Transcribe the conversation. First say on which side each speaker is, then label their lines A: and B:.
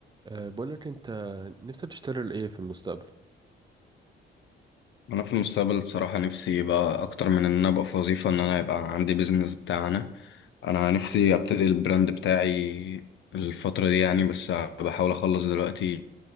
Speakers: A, on the right (about 20°); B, on the left (about 70°).
A: أه بقول لك انت نفسك تشتغل ايه في المستقبل
B: انا في المستقبل الصراحه نفسي بقى اكتر من ان انا ابقى في وظيفه ان انا يبقى عندي بيزنس بتاعنا انا نفسي ابتدي البراند بتاعي الفتره دي يعني بس بحاول اخلص دلوقتي